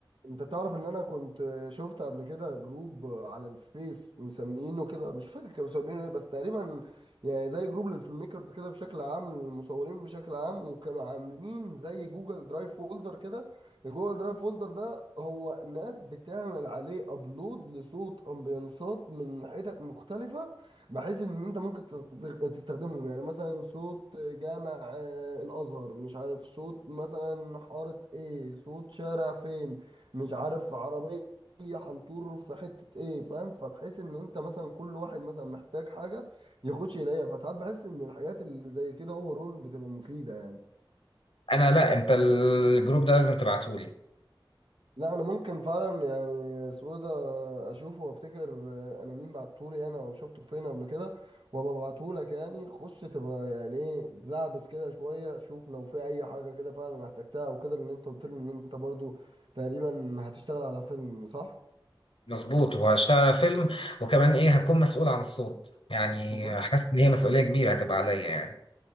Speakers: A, on the right (about 70°); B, on the left (about 85°).
A: انت تعرف ان انا كنت شفت قبل كده جروب على الفيس مسمينه كده مش فاكر كانوا مسمينه ايه بس تقريبا يعني زي جروب للفيلم ميكرز كده بشكل عام للمصورين بشكل عام وكانوا عاملين زي جوجل درايف فولدر كده الجوجل درايف فولدر ده هو ناس بتعمل عليه ابلود لصوت امبيانسات من حتت مختلفة بحيث ان انت ممكن تستخدغ- تستخدمهم يعني مثلا صوت جامع آه، الازهر مش عارف صوت مثلا حارة ايه صوت شارع فين مش عارف عربية هنطور في حتة ايه فاهم فبحيث ان انت مثلا كل واحد مثلا محتاج حاجة يخش يلاقيها فساعات بحس ان الحاجات اللي زي كده اوفرول بتبقى مفيدة يعني
B: انا لا انت الجروب ده لازم تبعتهولي
A: لا انا ممكن فعلا يعني سويدة اشوفه وافتكر آه، انا مين بعتهولي انا وشفته فين قبل كده وابقى ابعتهولك يعني خش تبقى يعني ايه لعبس كده شوية شوف لو في اي حاجة كده فعلا احتجتها وكده لان انت قلت لي ان انت برضو تقريبا هتشتغل على فيلم صح
B: مظبوط وهشتغل على فيلم وكمان ايه هكون مسؤول عن الصوت يعني
A: بس
B: حاسس ان هي مسؤوليه كبيره هتبقى عليا يعني